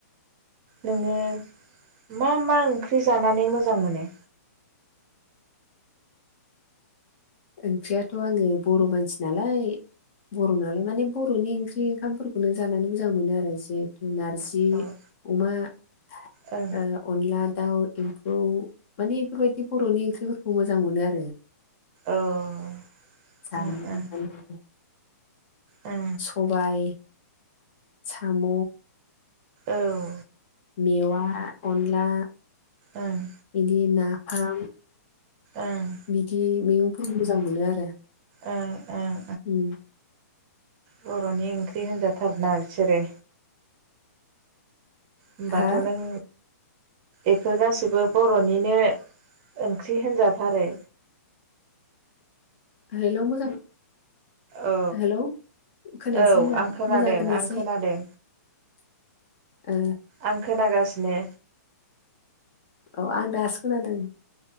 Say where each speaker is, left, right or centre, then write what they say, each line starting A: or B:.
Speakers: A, on the right; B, on the left.
A: नोङो मा मा ओंख्रि जानानै मोजां मोनो?
B: ओंख्रियाथ' आङो बर' मानसि नालाय बर' नालाय माने बर'नि ओंख्रि ओंखामफोरखौनो जानानै मोजां मोनो आरो जिहेथु नारजि
A: ओं
B: अमा <inaudible>
A: औ
B: ओ अनला दाउ एम्फौ माने एफोरबायदि बर'नि ओंख्रिफोरखौ मोजां मोनो आरो। <inaudible>
A: ओं
B: <unintelligible>
A: ओं ओं औ
B: सबाय साम'
A: ओं
B: मेवा अनला
A: उम
B: बिदि नाफाम
A: ओं
B: बिदि मैगंफोरखौ मोजां मोनो आरो
A: ओ ओ
B: उम
A: बर'नि ओंख्रि होनजा थारोना बिसोरो। होमबाथ'
B: हा
A: नों एफोर गासैबो बर'निनो ओंख्रि होनजाथारो।
B: <inaudible> हेलौ मोजां
A: औ
B: हेलौ खोनायासै
A: औ
B: मोजां
A: आं खोनादों
B: मोजां खोनायासै
A: आं खोनादों।
B: ओ
A: आं खोनागासिनो।
B: औ आं दासो खोनादों।